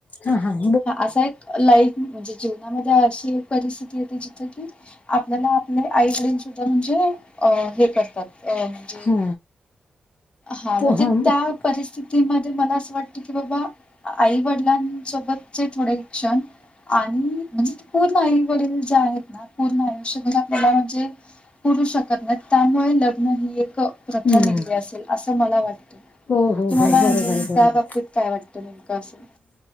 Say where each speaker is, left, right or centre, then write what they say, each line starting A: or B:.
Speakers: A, on the left; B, on the left.
A: हां हां.
B: हा असा एक लाईफ म्हणजे जीवनामध्ये अशी एक परिस्थिती येते जिथं की आपल्याला आपले आई वडील सुद्धा म्हणजे अ हे करतात. अ म्हणजे
A: हा
B: हा म्हणजे
A: पो हम्म
B: त्या परिस्थितीत की म्हणजे मला असं वाटतं की बाबा आई-वडिलांच चे थोडे क्षण आणि म्हणजे पूर्ण आई-वडील जे आहेत ना पूर्ण आयष्यभर आपल्याला म्हणजे पुरू शकत नाही त्यामुळे लग्न ही एक प्रथा
A: हम्म.
B: निघली असेल असं मला वाटतं.
A: हो हो हो
B: तुम्हाला
A: बरोबर
B: म्हणजे
A: आहे बरोबर
B: त्या बाबतीत काय वाटतं नेमकं असं?